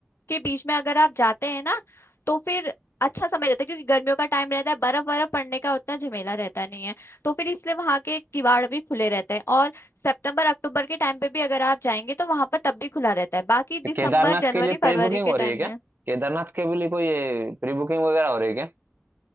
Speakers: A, on the left (about 80°); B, on the right (about 55°).
A: के बीच में अगर आप जाते हैं ना तो फिर अच्छा समय रहता है क्योंकि गर्मियों का टाइम रहता है बर्फ बर्फ पड़ने का उतना झमेला रहता नहीं है तो फिर इसलिए वहां के किवाड़ भी खुले रहते हैं और सितंबर अक्टूबर के टाइम पे भी अगर आप जाएंगे तो वहां पर तब भी खुला रहता है बाकी दिसंबर
B: तो केदारनाथ
A: जनवरी
B: के लिए प्री
A: फरवरी
B: बुकिंग
A: के
B: हो
A: टाइम
B: रही है क्या
A: में
B: केदारनाथ के लिए कोई प्री बुकिंग वगैरह हो रही है क्या